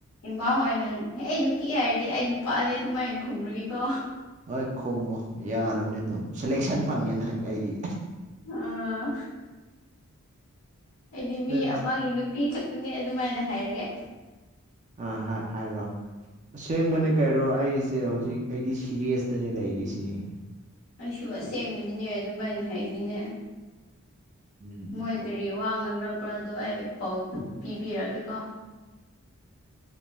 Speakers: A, on the left; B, on the right.
A: ꯏꯃꯥ ꯍꯣꯏꯅ ꯍꯦ ꯅꯨꯄꯤ ꯍꯥꯏꯔꯗꯤ ꯑꯩ ꯅꯨꯄꯥꯅꯦ ꯑꯗꯨꯃꯥꯏꯅ ꯈꯨꯝꯒꯔꯒꯦꯀꯣ
B: ꯍꯣꯏ ꯈꯨꯝꯃꯣ ꯌꯥꯔꯕꯅꯤ ꯑꯗꯨꯝ ꯁꯦꯂꯦꯛꯁꯟ ꯐꯪꯉꯦ ꯅꯪ ꯑꯩꯒꯤ
A: ꯑꯥ ꯑꯩꯗꯤ ꯃꯤ
B: ꯅꯪ
A: ꯑꯃꯒꯤ ꯅꯨꯄꯤ ꯈꯛꯇꯅꯦ ꯑꯗꯨꯃꯥꯏꯅ ꯍꯥꯏꯔꯒꯦ
B: ꯑ ꯍꯥꯏ ꯍꯥꯏꯔꯣ ꯑꯁꯦꯡꯕꯅꯦ ꯀꯩꯔꯣ ꯑꯩꯁꯦ ꯍꯧꯖꯤꯛ ꯑꯩꯗꯤ ꯁꯤꯔꯤꯁꯇꯅꯦ ꯂꯩꯔꯤꯁꯤꯅꯤ
A: ꯑꯩꯁꯨ ꯑꯁꯦꯡꯕꯅꯤꯅꯦ ꯑꯗꯨꯃꯥꯏꯅ ꯍꯥꯏꯅꯤꯅꯦ
B: ꯎꯝ
A: ꯃꯣꯏ ꯀꯔꯤ ꯋꯥ ꯉꯥꯡꯔꯛꯄ꯭ꯔꯥ ꯑꯗꯣ ꯑꯩ ꯄꯥꯎ ꯄꯤꯕꯤꯔꯛꯒꯦ ꯀꯣ